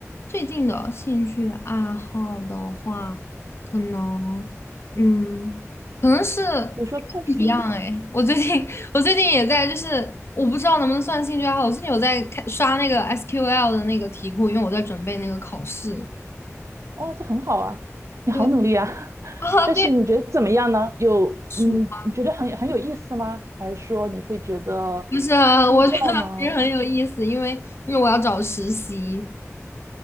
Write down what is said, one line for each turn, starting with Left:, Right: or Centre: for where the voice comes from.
Left: 最近的兴趣爱好的话，可能，嗯，可能是
Right: 比如说看书？
Left: 不一样哎。我最近，<laughs> 我最近也在，就是我不知道能不能算兴趣爱好。我最近有在看刷那个 SQL 的那个题库，因为我在准备那个考试。
Right: 哦，这很好啊，你好努力啊！
Left: 对
Right: <laughs>
Left: <laughs> 啊，
Right: 但是你觉得怎么样呢？
Left: 对，
Right: 有，
Left: 数
Right: 嗯，你觉得很很有意思吗？还是说你会觉得
Left: 就是我觉得还是很有意思，
Right: 枯燥呢？
Left: 因为因为我要找实习。